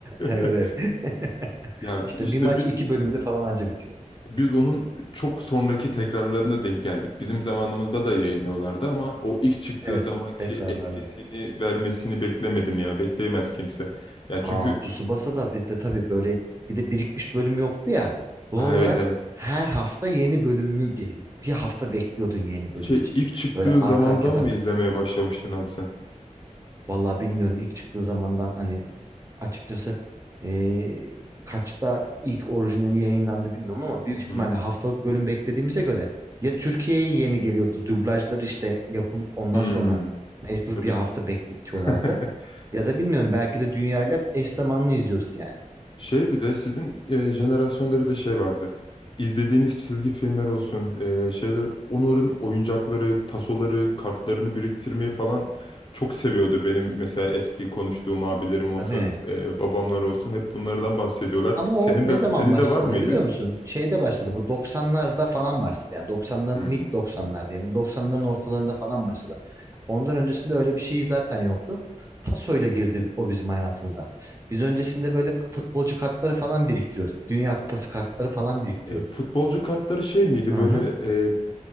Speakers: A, on the right; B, on the left.
A: Evet
B: <laughs>
A: evet. <laughs>
B: Ya
A: İşte
B: işte
A: bir maç
B: biz
A: iki bölümde falan anca bitiyor.
B: Biz onun çok sonraki tekrarlarına denk geldik. Bizim zamanımızda da yayınlıyorlardı ama o ilk çıktığı
A: Evet,
B: zamanki
A: tekrarlarda.
B: etkisini vermesini beklemedim ya. Bekleyemez kimse. Ya çünkü
A: Aa, Tsubasa da bizde tabii böyle bir de birikmiş bölüm yoktu ya. Doğal
B: Aa,
A: olarak
B: evet evet.
A: her hafta yeni bölümü geliyordu. Bir hafta bekliyordun yeni
B: Şey
A: bölüm için.
B: ilk çıktığı
A: Böyle arka
B: zamandan
A: arkaya tak
B: mı
A: tak
B: izlemeye
A: tak tak tak
B: başlamıştın abi sen?
A: Vallahi bilmiyorum ilk çıktığı zamandan hani açıkçası eee, kaçta ilk orijinali yayınlandı bilmiyorum ama büyük
B: Hı
A: ihtimalle
B: hı.
A: haftalık bölüm beklediğimize göre ya Türkiye'ye yeni geliyordu dublajları işte yapılıp ondan
B: Hmm.
A: sonra mecbur
B: Tabii
A: bir hafta
B: de.
A: bekletiyorlardı
B: <laughs>
A: ya da bilmiyorum belki de dünyayla eş zamanlı izliyorduk yani.
B: Şey bir de sizin e, jenerasyonda bir de şey vardı. İzlediğiniz çizgi filmler olsun, e, şeyler, onların oyuncakları, tasoları, kartlarını biriktirmeyi falan çok seviyordu. Benim mesela eski konuştuğum abilerim olsun,
A: Tabii.
B: e, babamlar olsun hep bunlardan bahsediyorlar.
A: Ama o
B: Senin
A: ne
B: de
A: zaman
B: senin
A: başladı
B: de var mıydı?
A: biliyor musun? Şeyde başladı bu 90'larda falan başladı. Yani 90'ların
B: Hmm.
A: mid 90'lar diyelim. 90'ların ortalarında falan başladı. Ondan öncesinde öyle bir şey zaten yoktu. Pasoyla girdi o bizim hayatımıza. Biz öncesinde böyle futbolcu kartları falan biriktiriyorduk. Dünya Kupası kartları falan biriktiriyorduk.
B: E, futbolcu kartları şey miydi
A: Hı hı.
B: böyle e,